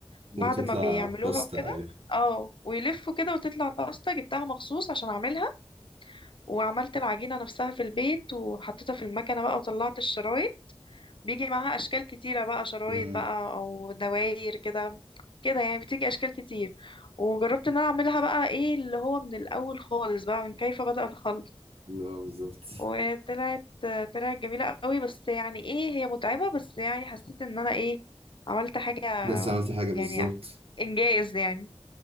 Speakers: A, on the left (about 55°); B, on the right (about 75°).
A: بعد
B: وتطلع
A: ما بيعملوها
B: باستا
A: وكده
B: ايوه
A: اه ويلفوا كده وتطلع باستا جبتها مخصوص عشان اعملها وعملت العجينة نفسها في البيت وحطيتها في المكنة بقى وطلعت الشرايط بيجي معاها اشكال كتيرة بقى شرايط
B: امم
A: بقى او دواير كده كده يعني بتيجي اشكال كتير وجربت ان انا اعملها بقى ايه اللي هو من الاول خالص بقى من كيف بدأ الخلق
B: لا بالظبط
A: وطلعت طلعت جميلة قوي بس يعني ايه هي متعبة بس يعني حسيت ان انا ايه عملت حاجة
B: بس عملت حاجه بالظبط
A: يعني انجاز يعني